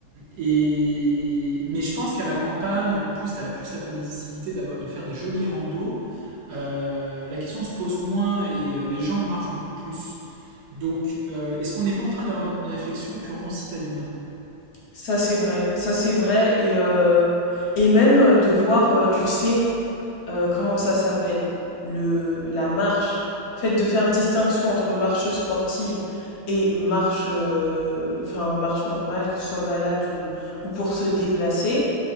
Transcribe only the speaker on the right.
et... Mais je pense qu'à la campagne, en plus, tu as plus la possibilité d'avoir, de faire des jolis randos. Euh, la question se pose moins et euh, les gens marchent beaucoup plus. Donc, euh, est-ce qu'on n'est pas en train d'avoir une réflexion purement citadine